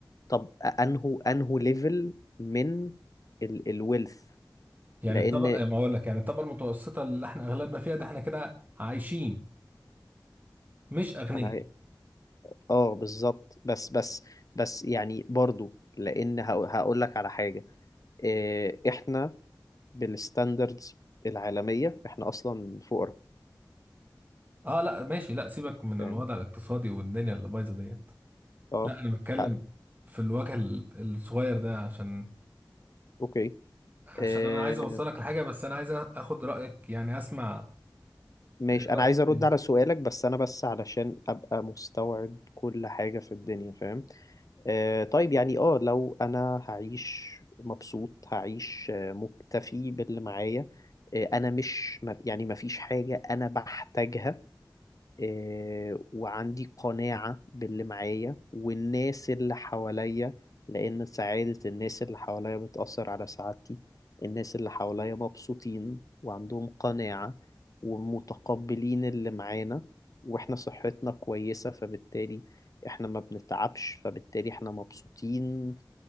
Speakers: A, on the left (about 50°); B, on the right (about 25°).
A: طب انهو انهو ليفل من ال الويلث
B: يعني
A: لان
B: الطبقة ما اقول لك يعني الطبقة المتوسطة اللي احنا اغلبنا فيها ده احنا كده عايشين مش اغنياء
A: انا عاي- اه بالظبط بس بس بس يعني برضو لان هقول لك على حاجه إيه، احنا بالستاندردز العالميه احنا اصلا فقراء
B: اه لا ماشي لا سيبك من
A: فاهم
B: الوضع الاقتصادي والدنيا اللي بايظة ديت
A: اه
B: لا انا بتكلم
A: لا
B: في الوجه ال- الصغير ده عشان
A: اوكي
B: عشان
A: إيه،
B: انا عايز اوصلك لحاجة بس انا عايز اخد رأيك يعني اسمع
A: ماشي
B: إيه
A: انا
B: رأيك
A: عايز ارد
B: إيه؟
A: على سؤالك بس انا بس علشان ابقى مستوعب كل حاجه في الدنيا فاهم آه، طيب يعني اه لو انا هعيش مبسوط هعيش آه، مكتفي باللي معايا آه، انا مش ما- يعني ما فيش حاجة انا بحتاجها آه، وعندي قناعة باللي معايا والناس اللي حواليا لأن سعادة الناس اللي حواليا بتأثر على سعادتي الناس اللي حواليا مبسوطين وعندهم قناعة ومتقبلين اللي معانا واحنا صحتنا كويسة فبالتالي احنا ما بنتعبش فبالتالي احنا مبسوطين